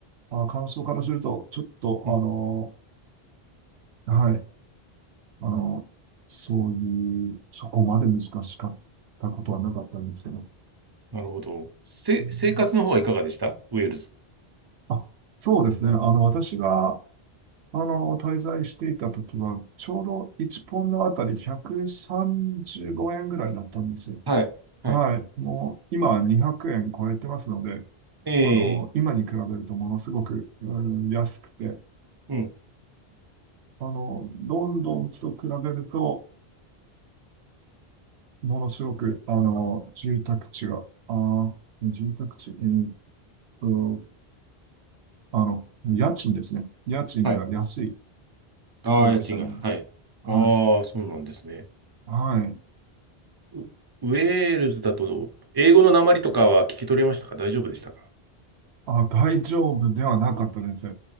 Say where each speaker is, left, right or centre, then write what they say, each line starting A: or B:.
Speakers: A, on the right (about 85°); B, on the right (about 30°).
A: あ、感想からすると、ちょっと、あの、
B: うん
A: はい、あの、そういう、そこまで難しかったことはなかったんですけど、う
B: なるほど。せ、
A: ん
B: 生活の方はいかがでしたウェールズ。
A: あ、そうですね。あの、私が、あの、滞在していた時は、ちょうど1ポンドあたり135円ぐらいだったんですよ。
B: はい、はい。
A: はい。もう、今は200円超えてますので、
B: ええ、
A: あの、今に比べるとものすごく、うん、安くて、はい。
B: うん、
A: あの、ロンドンと比べると、ものすごく、あの、住宅地が、あー、住宅地、えーっと、あの、家賃ですね。家賃が安い
B: はい。ああ、
A: ところでしたね。
B: 家賃が、はい。
A: は
B: ああ、そうなんですね。
A: い。はい。
B: ウ、ウェールズだと、英語の訛りとかは聞き取れましたか大丈夫でしたか
A: あ、大丈夫ではなかったです。